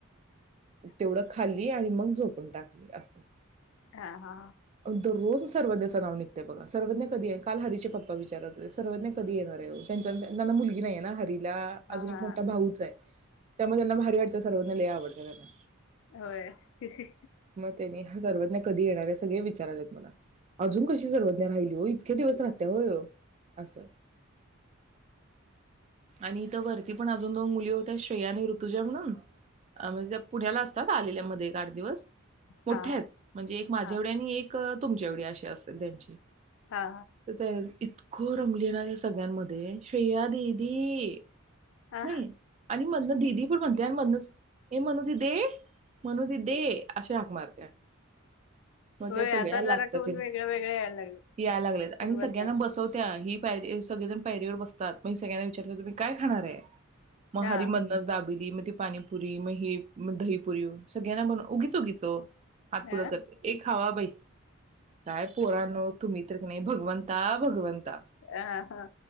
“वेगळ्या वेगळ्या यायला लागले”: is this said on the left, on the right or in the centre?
Left